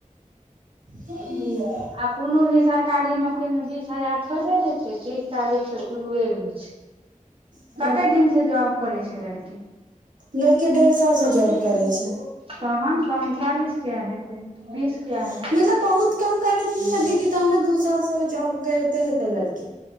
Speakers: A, on the right (about 75°); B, on the right (about 40°).
A: ह <unintelligible>
B: आब कोनो भी सरकारी नौकरी। नौकरी मे बीस हजार थोड़बे दै छै तीस चालीस तऽ शुरुए होइ छै
A: ह।
B: कते दिन से जॉब करै छै लड़की।
A: लड़की डेढ़ साल से जॉब करे छै
B: तहन तहन <unintelligible>
A: <inaudible>
B: बीस किया हेतै
A: मतलब बहुत कम करै छै न जेना दीदी तहनो दू साल से जॉब करिते हेतै लड़की